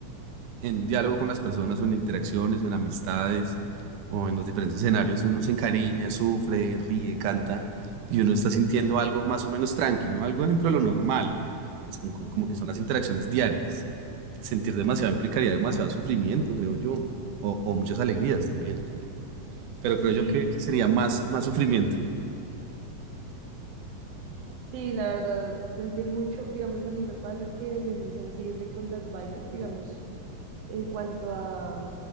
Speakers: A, on the right; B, on the right.
A: en un diálogo con las personas, o en interacciones, o en amistades, o en los diferentes escenarios, uno se encariña, sufre, ríe, canta, y uno está sintiendo algo más o menos tranquilo, algo dentro de lo normal, que es como, como
B: Ujú.
A: que son las interacciones diarias. Sentir demasiado implicaría demasiado sufrimiento, creo yo, o, o muchas alegrías también. Pero
B: Sí,
A: creo yo que, que
B: pues,
A: sería más, más sufrimiento.
B: sí, la verdad, sentir mucho, digamos, a mí me pasa que soy muy sensible con las vainas, digamos, en cuanto a,